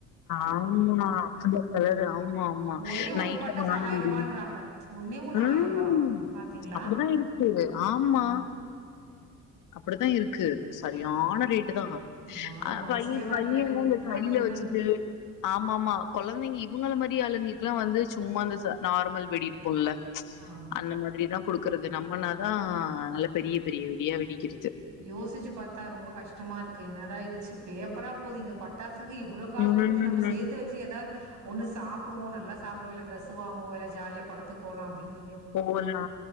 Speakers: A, on the left; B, on the right.
A: ஆமா அந்த கலரு ஆமா ஆமா
B: ஒரே
A: நைட்ல
B: ஒரு பட்டாசு
A: வான
B: ஆயிர
A: வெடி
B: ரூபான்றாங்க ஒன்னே ஒண்ணு
A: உம்
B: ஆயிர ரூபா பாத்தீங்களா
A: அப்டிதா இருக்கு ஆமா
B: ம்
A: அப்டித்தான் இருக்கு சரியான ரேட்டு் தா
B: வாங்க
A: ஆஹ்
B: மனசே
A: வையு
B: வரல
A: பையள்ளாம்
B: எனக்குல்லா
A: <unintelligible> கையில
B: என்னன்
A: வச்சு <unintelligible> ஆமா ஆமா குழந்தைங்க இவுங்கள மாதி ந்தி ஆளுங்களுக்கெல்லாம் வந்து சும்மா அந்த ச நார்மல் வெடி இருக்கும்ல ச்
B: ஆமா
A: அந்த மாதிரி தான் குடுக்கறது இத நம்புனா தான் நல்ல பெரிய பெரிய வெடியா வெடிக்கிது
B: யோசிச்சு பாத்தா ரொம்ப கஷ்டமா இருக்கு என்னடா இது ச்சு பே ப்பர் ஆ போது இந்த பட்டாசு துக்கு இவ்ளவு காசு
A: ம்
B: குடு இது நம்ம சேத்து வச்சு ஏதாது ஒன்னு சாப்டுவோம் நல்லா சாப்டுவோம் இல்ல டிரெஸ்ஹு வாங்குவோம் இல்ல ஜாலியா படத்துக்கு போலாம் அப்டினு
A: போலா